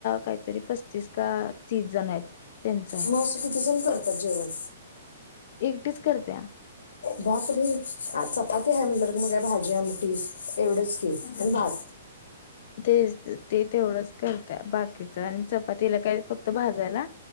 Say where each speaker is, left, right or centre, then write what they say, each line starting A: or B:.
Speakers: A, on the left; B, on the left.
A: काहीतरी पस्तीस का तीस जण आहेत. त्यांचा आहे
B: मग असं किती जण कर तर जेवण
A: एकटीच करत्या
B: बाप रे हाचा <unintelligible> आता ह्या म्हटल <unintelligible> मग काय भाजी आम टिस एवढंच की
A: हम्म.
B: आणि भात
A: तेच, ते तेवढंच करतय बाकीच आणि चपातीला काही फक्त भाजायला